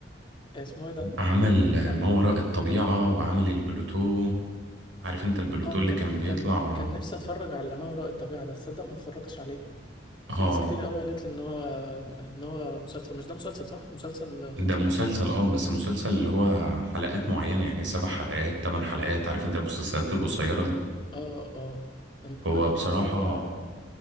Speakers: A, on the left; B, on the right.
A: آه، اسمه ايه ده
B: عمل
A: كان
B: ما وراء الطبيعة وعمل البلوتو عارف انت البلوتو
A: اه انا
B: اللي
A: كان
B: كان بيطلع
A: كان كان نفسي اتفرج على ما وراء الطبيعة ده تصدق ما اتفرجتش عليه
B: اه
A: في ناس كتير قوي قالت لي ان هو ان هو مسلسل مش ده مسلسل صح مسلسل خطير
B: ده مسلسل اه بس مسلسل اللي هو حلقات معينة يعني سبع حلقات تمن حلقات عارف انت المسلسلات القصيرة دي
A: اه اه أنت-
B: هو
A: انا
B: بصراحة
A: اتفرجت ع-